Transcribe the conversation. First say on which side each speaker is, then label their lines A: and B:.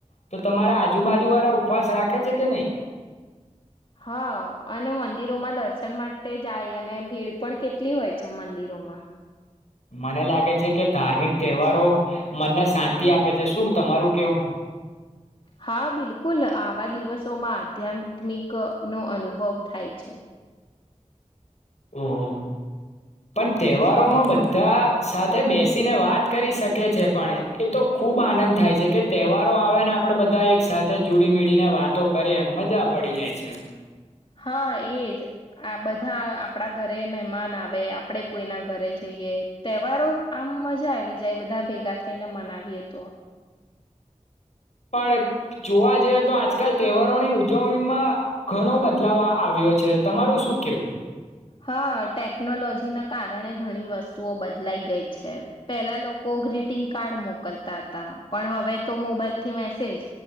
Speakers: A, on the left; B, on the left.
A: તો તમારા આજુબાજુ વાળા ઉપવાસ રાખે છે કે નહી
B: હા અને મંદિરોમાં દર્શન માટે જાય અને ભીડ પણ કેટલી હોય છે મંદિરોમાં
A: મને લાગે છે કે ધાર્મિક તહેવારો મનને શાંતિ આપે છે શું તમારું કેવું
B: હા બિલકુલ આવા દિવસોમાં આધ્યાત્મિક નો અનુભવ થાય છે
A: ઓહ પણ તહેવારોમાં બધા સાથે બેસીને વાત કરી શકે છે પણ એતો ખૂબ આનંદ થાય છે કે તહેવારો આવે ને આપણે બધા એક સાથે જોડી મીળને વાતો કરીએ મજા પડી જાય છે
B: હા એજ આ બધા આપણા ઘરે મે મમાન આવે આપડે કોઈના ઘરે જ જઈએ તહેવારો આમ મજા આવી જાય બધા ભેગા થઈને મનાવીએ તો
A: પણ જોવા જઈએ તો આજકાલ તહેવારોની ઉજવણીમાં ઘણો બદલાવ આવ્યો છે તમારું શું કેવું
B: હા ટેકનોલોજીના કારણે ઘણી વસ્તુઓ બદલાઈ ગઈ છે પેલા લોકો ગ્રીટિંગ કાર્ડ મોકલતા હતા પણ હવે તો મોબાઈલ થી મેસેજ